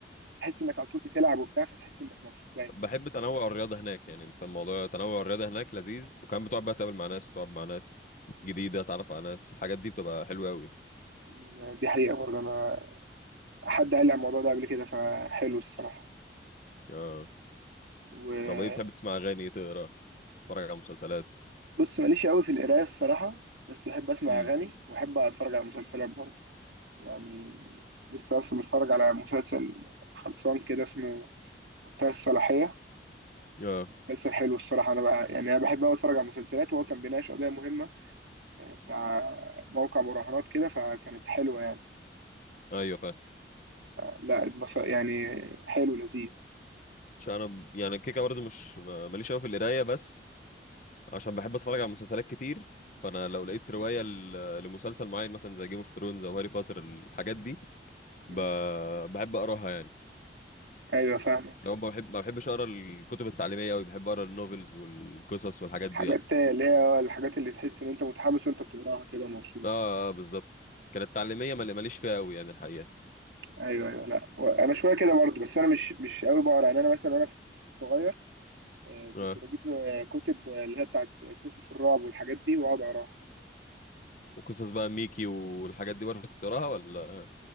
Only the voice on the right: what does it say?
انك على طول بتلعب وبتاع فتحس انك مبسوط دايما
أمم، دي حقيقه برضو انا حد قال لي على الموضوع ده قبل كده فحلو الصراحه
وبص
ماليش قوي في القرايه الصراحه بس بحب اسمع
اغاني واحب اتفرج على مسلسلات برضو يعني لسه اصلا متفرج على مسلسل خلصان كده اسمه منتهى الصلاحية
مسلسل حلو الصراحة أنا بقى يعني أنا بحب أوي أتفرج على المسلسلات وهو كان بيناقش قضية مهمة آه، بتاع موقع مراهنات كده فكانت حلوة يعني
لا اتبص- يعني حلو لذيذ
مم.
مم.
أيوة فاهمك
حاجات
اللي هي آه، الحاجات اللي تحس إن أنت متحمس وأنت بتقراها كده ومبسوط
أيوة أيوة لا هو أنا شوية كده برضه بس أنا مش مش أوي بقرا يعني أنا مثلا وأنا صغير آه،
كنت بجيب آه، كتب آه، اللي هي بتاعت قصص الرعب والحاجات دي واقعد اقراها